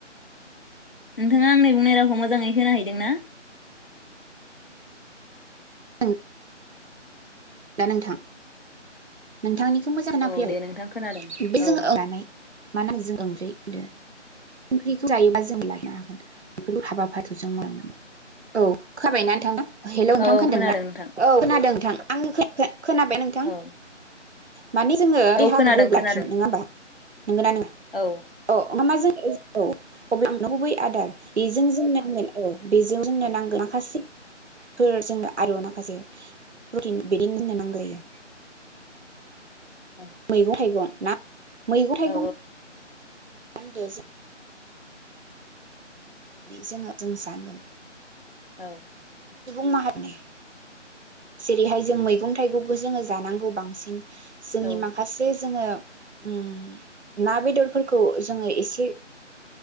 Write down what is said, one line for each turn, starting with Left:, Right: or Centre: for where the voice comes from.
Left: नोंथाङा आंनि बुंनाय रावखौ मोजाङै खोनाहैदोंना?
Right: खोनादों दा नोंथां नोंथांनि मोजां होनना
Left: औ दे नोंथां खोनादों औ
Right: <unintelligible> मानो जों ओंख्रि होनदो ओंख्रिखौ जायोबा जों लायनो हागोन बेफोर हाबाफारि जों मोननां औ खोनाबायना नोंथा? हेल नोंथां
Left: औ औ
Right: खोनादों ना
Left: नोंथां
Right: औ खोनादों नोंथां आंनि खे, खे खोनाबाय नोंथां?
Left: औ
Right: माने जोङो देहाखौ
Left: औ खोनादों
Right: गोग्गो लाखिनो
Left: खोनादों
Right: नङा होमबा नोंगोन ना नङा
Left: औ
Right: अ ना जों औ अब्ला गुबै आदार बेजों जों नांगोन औ बेजों जोंनो
Left: औ
Right: नांगोन माखासे फोरजों आरु माखासे प्रटिन, <unintelligible>
Left: औ
Right: मैगं थाइगं ना मैगं थाइगं
Left: औ
Right: मा‌ होनदो जों नानै जोङो जों सानगोन
Left: औ
Right: सुबुं माहारिनि जेरैहाय जों मैगं थाइगंखौ जोङो जानांगौ बांसिन जोंनि
Left: औ
Right: माखासे जोंङो उम ना बेदरफोरखौ जोंङो एसे